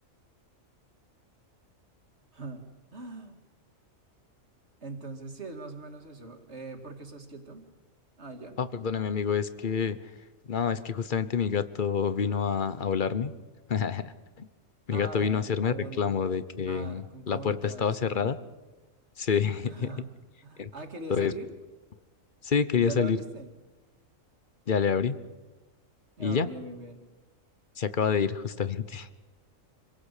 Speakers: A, on the right; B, on the left.
A: <laughs> Entonces sí, es más o menos eso. Eh, ¿por qué estás quieto? Ah, ya.
B: Ah, perdóname, amigo, es que, no, es que justamente mi gato vino a, a hablarme. <laughs> Mi
A: Ah,
B: gato vino a hacerme
A: comuni-
B: reclamo de que
A: ah, con
B: la
A: comunicado,
B: puerta estaba
A: sí.
B: cerrada. Sí. <laughs>
A: <laughs>
B: Entonces,
A: Ah, ¿quería salir?
B: sí, quería
A: ¿Ya
B: salir.
A: la abriste?
B: Ya le abrí
A: Ah,
B: y ya,
A: bien, bien, bien.
B: se acaba de ir justamente.